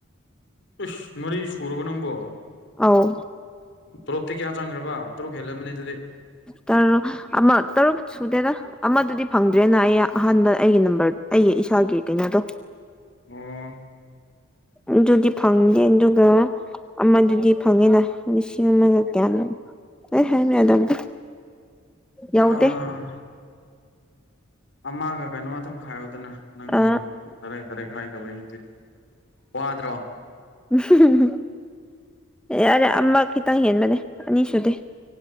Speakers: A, on the left; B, in the centre.
A: ꯏꯁ ꯃꯔꯤ ꯁꯨꯔꯕ ꯅꯪꯕꯣ
B: ꯑꯧ
A: ꯇꯣꯂꯣꯞꯇꯤ ꯀꯌꯥ ꯆꯪꯈ꯭ꯔꯕ ꯇꯔꯨꯛ ꯍꯦꯜꯂꯝꯅꯤ ꯑꯗꯨꯗꯤ
B: ꯇꯔꯨꯛ ꯑꯃ ꯇꯔꯨꯛ ꯁꯨꯗꯦꯗ ꯑꯃꯗꯨꯗꯤ ꯐꯪꯗ꯭ꯔꯦꯅ ꯑꯩ ꯑꯍꯥꯟꯕ ꯑꯩꯒꯤ ꯅꯝꯕꯔ ꯑꯩꯒꯤ ꯏꯁꯥꯒꯤ ꯀꯩꯅꯣꯗꯣ
A: ꯑꯣ
B: ꯑꯗꯨꯗꯤ ꯐꯪꯗꯦ ꯑꯗꯨꯒ ꯑꯃꯗꯨꯗꯤ ꯐꯪꯉꯤꯅꯦ ꯂꯤꯁꯤꯡ ꯑꯃꯒ ꯀꯌꯥꯅꯣ <unintelligible> ꯌꯥꯎꯗꯦ
A: ꯑꯥ ꯑꯃꯥꯒ ꯀꯩꯅꯣ ꯑꯗꯨꯝ ꯍꯥꯏꯌꯨꯗꯅ ꯅꯪ
B: ꯑ
A: ꯀꯗꯥꯏ ꯀꯗꯥꯏ ꯍꯥꯏꯗꯣꯏꯅꯣ ꯋꯥꯗ꯭ꯔꯣ
B: ꯎꯝ ꯌꯥꯔꯦ ꯑꯃ ꯈꯤꯇꯪ ꯍꯦꯟꯕꯅꯦ ꯑꯅꯤ ꯁꯨꯗꯦ